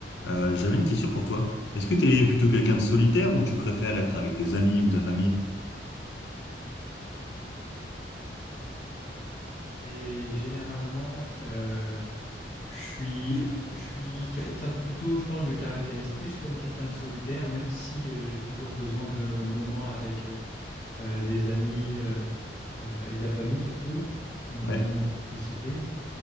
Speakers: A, on the left; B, on the left.
A: Euh, j'avais une question pour toi. Est-ce que tu es plutôt quelqu'un de solitaire ou tu préfères être avec tes amis ou ta famille?
B: Mais généralement, euh, je suis, je suis quelqu'un de plutôt, je pense, je me caractérise plus comme quelqu'un de solitaire, même si euh, j'ai toujours besoin de moments avec euh, euh, des amis euh, euh, et de la famille surtout, donc
A: Ouais.
B: des moments de complicité.